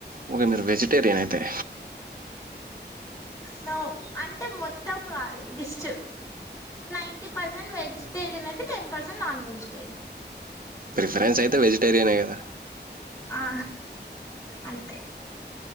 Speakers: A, on the right; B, on the left.
A: ఓకే మీరు వెజిటేరియన్ అయితే
B: నవ్వు అంటే మొత్తం కాదు దిస్ట్ నైంటీ పర్సెంట్ వెజ్ టేరియన్ అయితే ten percent non vegetarian
A: preference అయితే వెజిటేరియనే కదా
B: ఆ అంతే